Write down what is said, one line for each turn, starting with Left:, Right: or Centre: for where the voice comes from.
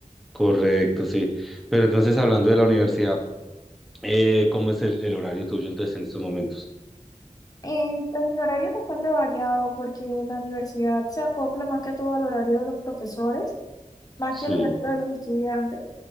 Centre: correcto, sí. Pero entonces, hablando de la universidad, Eh, ¿cómo es el, el horario tuyo entonces en estos momentos?
Left: Eh, pues, mi horario es bastante variado porque la universidad se acopla más que todo al horario de los profesores, más que
Centre: Sí,
Left: al horario de los estudiantes.